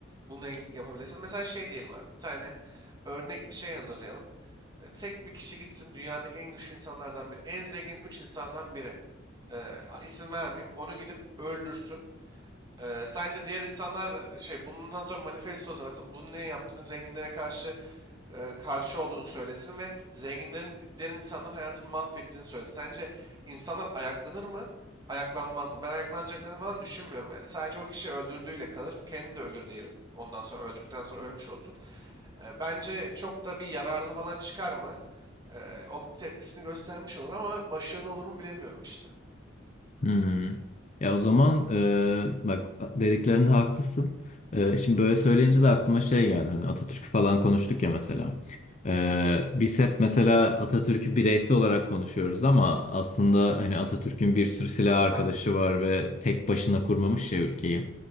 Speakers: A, on the right; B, on the left.
A: bunu en- yapabilirsin? Mesela şey diyelim abi bir tane örnek bir şey hazırlayalım. E, Tek bir kişi gitsin dünyadaki en güçlü insanlardan biri, en zengin 3 insandan biri. E, isim vermeyeyim. Onu gidip öldürsün. Ee, sence diğer insanlar şey bundan sonra manifesto sırası bunu niye yaptığını zenginlere karşı e, karşı olduğunu söylesin ve zenginlerin diğer insanların hayatını mahvettiğini söylesin. Sence insanlar ayaklanır mı? Ayaklanmaz mı? Ben ayaklanacaklarını falan düşünmüyorum yani. Sadece o kişi öldürdüğüyle kalır. Kendi de ölür diyelim. Ondan sonra öldürdükten sonra ölmüş olsun. E, Bence çok da bir yararlı falan çıkar mı? E, O tepkisini göstermiş olur ama başarılı olur mu bilemiyorum işte.
B: Hmm. Ya o zaman e, bak dediklerinde haklısın. E, şimdi böyle söyleyince de aklıma şey geldi. Hani Atatürk'ü falan konuştuk ya mesela. E, biz hep mesela Atatürk'ü bireysel olarak konuşuyoruz ama aslında hani Atatürk'ün bir sürü silah arkadaşı
A: Tabii,
B: var ve tek başına kurmamış ya ülkeyi.